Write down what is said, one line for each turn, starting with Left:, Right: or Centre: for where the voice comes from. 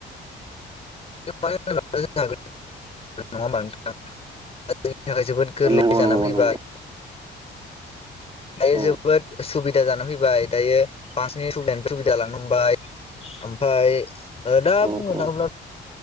Left: <unintelligible> नङा होमबा नोंथां <unintelligible> जोंनि थाखाय जोबोद गोरलै
Right: नंगौ
Left: जानानै
Right: नंगौ
Left: फैबाय
Right: नंगौ
Left: दायो
Right: औ
Left: जोबोद सुबि दा जानो फैबाय दायो बांसिनि सुबिदानि सुबिदा जालांनो हमबाय ओमफाय ओ दा
Right: औ
Left: बुंनो
Right: औ
Left: थाङोब्ला